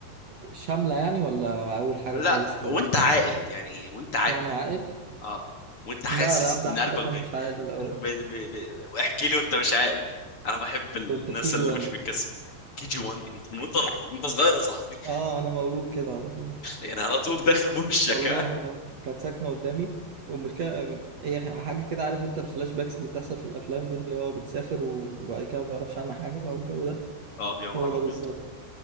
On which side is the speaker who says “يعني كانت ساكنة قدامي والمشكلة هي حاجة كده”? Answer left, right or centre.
Right